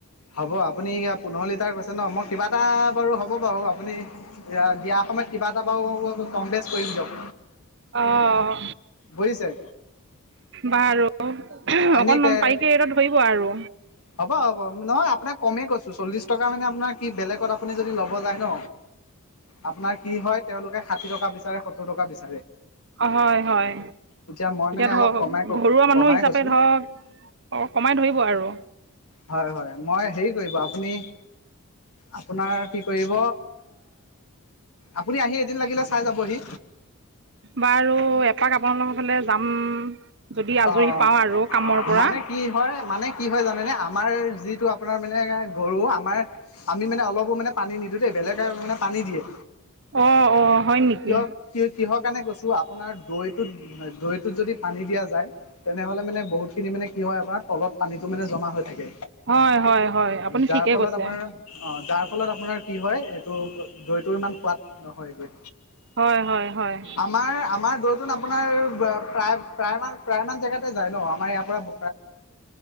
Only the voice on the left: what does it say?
হ'ব আপুনি পোন্ধৰ লিটাৰ কৈ নহয় মই কিবা এটা বাৰু হ'ব বাৰু আপুনি দিয়া সময়ত কিবা এটা বাৰু হ'ব কম বেছ কৰিম দিয়ক
বুজিছে
এনেকে
হ'ব হ'ব নহয় আপোনাক কমেই কৈছো চল্লিছ টকা মানে আপোনাৰ কি বেলেগত আপুনি যদি ল'ব যায় ন আপোনাৰ কি হয় তেওঁলোকে ষাঠি টকা বিচাৰে সত্তৰ টকা বিচাৰে
এতিয়া মই মানে
অলপ ক'মাই ক
কৈছো
হয় হয় মই হ আপুনি আপোনাৰ কি কৰিব আপুনি আহি দিন লাগিলে চাই যাবহি?
অ'
মানে কি হয় মানে কি হয় জানেনে, আমাৰ যিটো আপোনাৰ মানে গৰু আমাৰ আমি মানে অলপো মানে পানী নিদো দেই বেলেগে মানে পানী দিয়ে
কিয় কিহৰ কাৰণে কৈছো আপোনাৰ দৈটোত দৈটোত যদি পানী দিয়া যায়, তেনেহ'লে মানে বহুতখিনি মানে কি হয় আপোনাৰ তলত পানীটো মানে জমা হৈ থাকে।
যাৰ
ফলত
আপোনাৰ অ' যাৰ ফলত আপোনাৰ কি হয় এইটো দৈটো ইমান সোৱাদ নহয় গৈ
আমাৰ আমাৰ দৌৰটোন আপোনাৰ প্ৰায় প্ৰায় মান ক জেগাতে যায় ন, আমাৰ ইয়াৰ পৰা ব